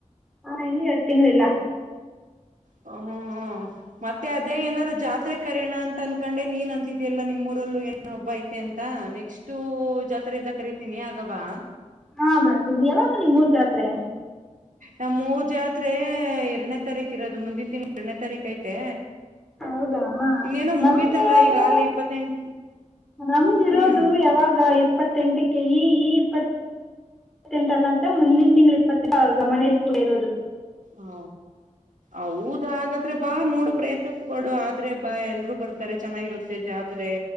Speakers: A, in the centre; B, on the right.
A: ಹಾ ಇನ್ನು ಎರಡ್ತಿ ತಿಂಗ್ಳಿಲ್ಲ.
B: ಹ ಹ್ಮ್ ಹ್ಮ್ ಮತ್ತೆ ಅದೇ ಏನಾರು ಜಾತ್ರೆ ಕರೆಯೋಣ ಅಂತ ಅಂದಕಂಡೆ, ನೀನ್ ಅಂತಿದಲ್ಲ ನಿಮ್ಮೂರಲ್ಲೂ ಏನೋ ಹಬ್ಬ ಐತೆ ಅಂತ ಅ. ಎಷ್ಟು ಜಾತ್ರೆ ಇದ ಕರಿತ ನಿನಿ ಆಗಬಾ
A: ಹಾ ಬರ್ತೀನಿ ಯಾವಾಗ ನಿಮ್ ಊರ್ ಜಾತ್ರೆ?
B: ನಮ್ಮ ಊರುಜಾತ್ರೆ ಎರಡನೇ ತಾರೀಕ ಇರೋದು, ಮುಂದಿನ ತಿಂಗಳು ಎರಡನೇ ತಾರೀಕ ಐತೆ.
A: ಹೌದಾ
B: ಇನ್ನೇನೋ
A: ನಮ್ದಿರೋದು
B: ಮುಗೀತಲ್ಲ ಈಗ ಅಲ್ಲಿ ಇಪ್ಪತ್ತೆಂಟ
A: ನಮ್ದಿರೋದು
B: ಹ್ಮ್
A: ಯಾವಾಗ ಇಪ್ಪತ್ತೆಂಟಕ್ಕೆ ಈ ಈ ಇಪ್ಪ ಇಪ್ಪತ್ತಂಟ ಅಲ್ಲ ಅಂತ ಮುಂದಿನ ತಿಂಗಳು ಇಪ್ಪತ್ತಂ ಮನೇಲಿ ಪೂಳ ಇರೋದು
B: ಹ ಹೌದ ಹಾಗಾದ್ರೆ ಬಾ ನೋಡು ಪ್ರಯತ್ನ ಪಡು ಆದ್ರೆ ಬಾ ಎಲ್ರೂ ಬರ್ತಾರೆ ಚೆನ್ನಾಗಿರುತ್ತೆ ಜಾತ್ರೆ